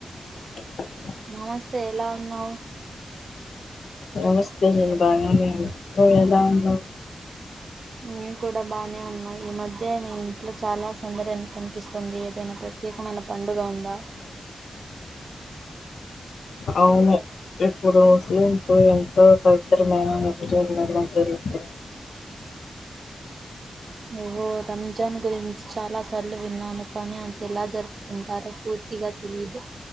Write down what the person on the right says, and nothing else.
నమస్తే ఎలా ఉన్నావు
నేను కూడా బానే ఉన్నాయి ఈ మధ్య మీ ఇంట్లో చాలా సౌందర్యం కనిపిస్తుంది ఏదైనా ప్ర ప్రత్యకమైన పండుగ ఉందా
నువ్వు రంజాన్ గురించి చాలా సార్లు విన్నాను కానీ అంది ఎలా జరుపుకుంటారు పూ పూర్తిగా తెలియదు